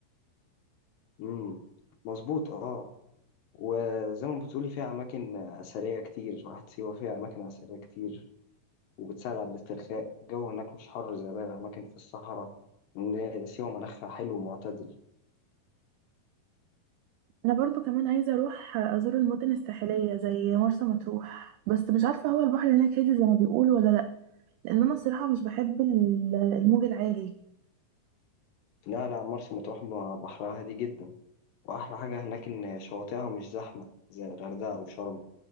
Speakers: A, on the left (about 75°); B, on the right (about 80°).
A: مم. مظبوط اه وزي ما بتقولي فيها أماكن أثرية كتير واحد سيوة فيها أماكن أثرية كتير وبتساعد على الاسترخاء الجو هناك مش حر زي باقي الأماكن في الصحراء إن سيوة مناخها حلو ومعتدل
B: انا برضو كمان عايزة اروح ازور المدن الساحلية زي مرسى مطروح بس مش عارفة هو البحر هناك هادي زي ما بيقولوا ولا لا لان انا الصراحة مش بحب ال- الموج العالي
A: لا لا مرسى مطروح بحرها هادي جدا وأحلى حاجة هناك إن شواطئها مش زحمة زي الغردقة وشرم